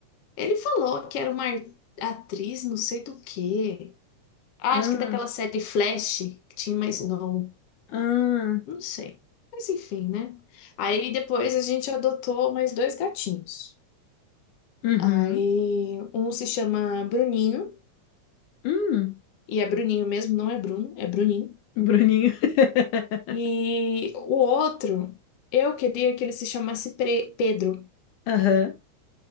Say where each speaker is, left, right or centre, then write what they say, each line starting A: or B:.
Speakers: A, on the left (about 60°); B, on the left (about 75°).
A: Ele falou que era uma ar- atriz, não sei do quê. Ah,
B: Ah,
A: acho que daquela série Flash, que tinha mais Snow.
B: ah,
A: Não sei. Mas enfim, né? Aí depois a gente adotou mais dois gatinhos.
B: uhum,
A: Aí um se chama Bruninho,
B: hum,
A: e é Bruninho mesmo, não é Bruno, é Bruninho.
B: Bruninho. <laughs>
A: E o outro, eu queria que ele se chamasse Pre- Pedro.
B: Aham,